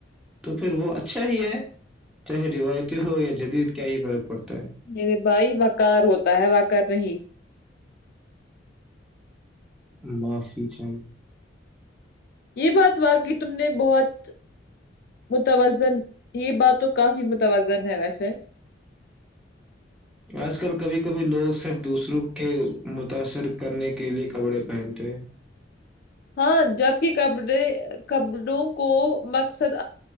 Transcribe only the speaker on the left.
میرے بھائی واقار ہوتا ہے وااکار نہیں
یہ بات ہوا کہ تم نے بہت متوازن یہ بات تو کافی متوازن ہے ویسے
ہاں جبک کپڑے کپڑوں کو مقصد